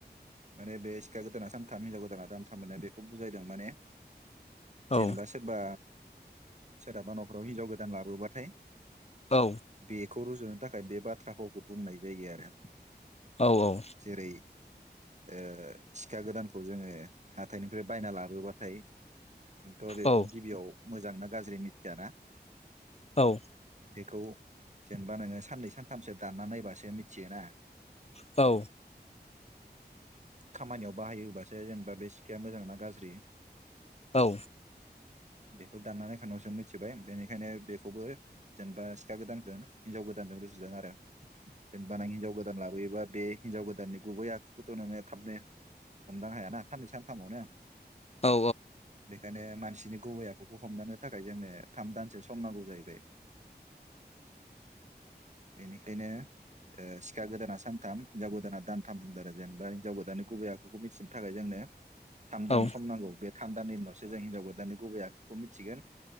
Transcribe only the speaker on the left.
औ
औ
औ औ
औ
औ
औ
औ
औ
औ